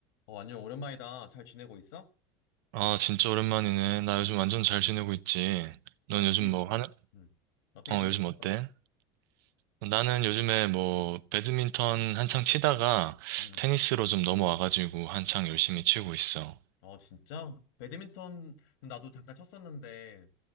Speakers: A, on the left; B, on the right.
A: 어, 안녕, 오랜만이다. 잘 지내고 있어?
B: 아, 진짜 오랜만이네. 나 요즘 완전 잘 지내고 있지.
A: 어,
B: 넌 요즘
A: 어떻게 지,
B: 뭐 하는,
A: 음, 어떻게
B: 어,
A: 지내고
B: 요즘 어때?
A: 있어?
B: 나는 요즘에 뭐, 배드민턴 한창 치다가
A: 음,
B: 테니스로 좀 넘어와가지고 한창 열심히 치고 있어.
A: 어, 진짜? 배드민턴, 나도 잠깐 쳤었는데,